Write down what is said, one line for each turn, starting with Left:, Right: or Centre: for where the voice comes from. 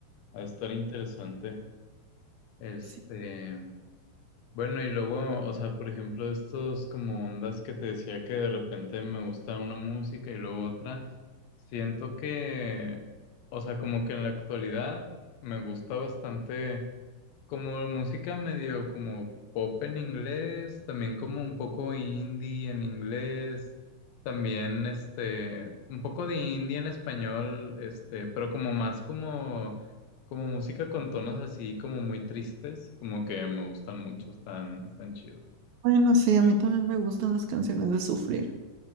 Left: Va a estar interesante. Este,
Right: Sí.
Left: bueno, y luego, o sea, por ejemplo, estos como ondas que te decía que de repente me gusta una música y luego otra, siento que, o sea, como que en la actualidad me gusta bastante como música medio como pop en inglés, también como un poco indie en inglés, también este, un poco de indie en español, este, pero como más como como música con tonos así como muy tristes, como que me gustan mucho, están, están chidos.
Right: Bueno, sí, a mí también me gustan las canciones de sufrir.